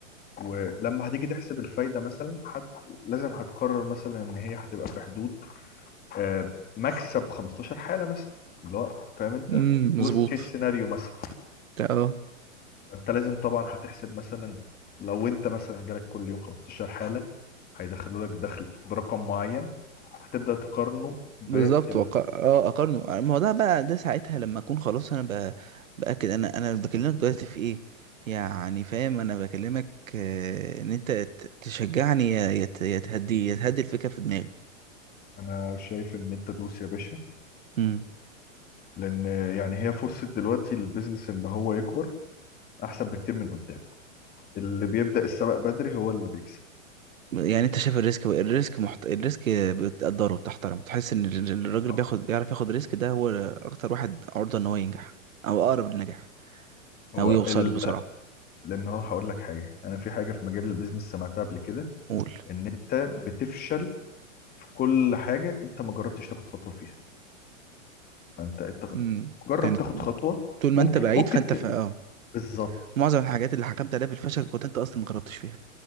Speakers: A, on the left (about 25°); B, on the right (about 80°).
A: ولما هتيجي تحسب الفايدة مثلا حت... لازم هتقرر مثلا ان هي هتبقى في حدود آه، مكسب 15 حالة مثلا اللي هو فاهم انت
B: امم
A: وست
B: مظبوط
A: كيس سيناريو مثلا.
B: اه
A: فانت لازم طبعا هتحسب مثلا لو انت مثلا جالك كل يوم 15 حالة هيدخلوا لك دخل برقم معين هتبدأ تقارنه بال
B: بالظبط وق... اه اقارنه آه، ما هو ده بقى ده ساعتها لما اكون خلاص انا ب... باكد انا انا بكلمك دلوقتي في ايه يعني فاهم انا بكلمك آه، ان انت ت- تشجعني يا يا ت- يا تهدي يا تهدي الفكره في دماغي
A: انا شايف ان انت دوس يا باشا
B: امم
A: لان يعني هي فرصة دلوقتي للبيزنس ان هو يكبر احسن بكتير من قدام اللي بيبدأ السبق بدري هو اللي بيكسب
B: يعني انت شايف الريسك الريسك محت... الريسك بتقدره بتحترمه بتحس ان ال- ال- الراجل
A: آه.
B: بياخد يعرف ياخد ريسك ده هو اكتر واحد عرضة ان هو ينجح او اقرب للنجاح
A: هو
B: او يوصل
A: ال...
B: بسرعة
A: لان هو هقول لك حاجة انا في حاجة في مجال البيزنس سمعتها قبل كده
B: قول
A: ان انت بتفشل في كل حاجة انت ما جربتش تاخد خطوة فيها انت انت
B: امم
A: جرب
B: يعني
A: تاخد خطوه
B: طول
A: ممكن
B: ما انت بعيد
A: ممكن
B: فانت
A: ت...
B: ف... اه
A: بالظبط
B: معظم الحاجات اللي حكمت عليها بالفشل كنت انت اصلا ما جربتش فيها